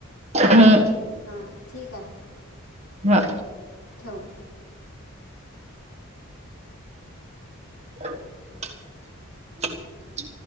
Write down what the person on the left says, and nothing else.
हां ठीक आहे.
ठेव म.